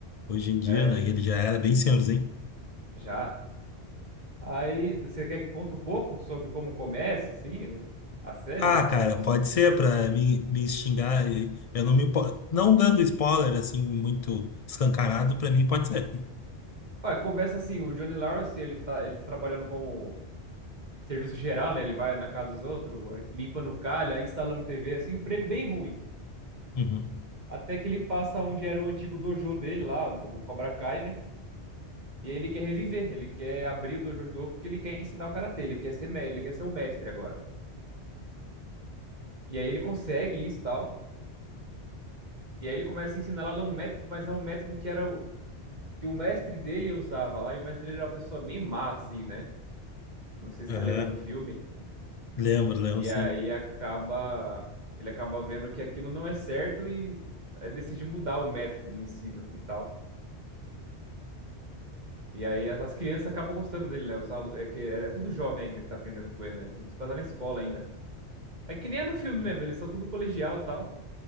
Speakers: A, on the left (about 40°); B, on the right (about 40°).
A: Hoje em dia,
B: É,
A: né? Ele já era bem senhorzinho.
B: já. Aí, você quer que conte um pouco sobre como começa, assim, o- a série,
A: Ah,
B: tipo,
A: cara,
B: o sentido?
A: pode ser para me, me xingar. e Eu não me impo- não dando spoiler assim muito escancarado, para mim pode ser.
B: Ué, começa assim, o Johnny Lawrence, ele tá, ele tá trabalhando como serviço geral, né? Ele vai na casa dos outros, vai limpando calha, instalando TV, assim, um emprego bem ruim.
A: Uhum.
B: Até que ele passa onde era o antigo dojo dele lá, no o Cobra Kai, né? E aí ele quer reviver, ele quer abrir o dojo de novo porque ele quer ensinar o karatê, ele quer ser, me- ele quer ser o mestre agora. E aí ele consegue isso e tal. E aí ele começa a ensinar lá um método, mas é um método que era o, que o mestre dele usava lá, e o mestre dele era uma pessoa bem má, assim, né? Não sei se
A: Aham.
B: você lembra no filme.
A: Lembro, lembro,
B: E
A: sim.
B: aí acaba, ele acaba vendo que aquilo não é certo e eh, decide mudar o método de ensino e tal. E aí as as crianças acabam gostando dele, né? Os alu- é que é, é tudo jovem ainda que tá aprendendo com ele, né? Tudo tá na escola ainda. É que nem é no filme mesmo, eles são tudo colegial e tal.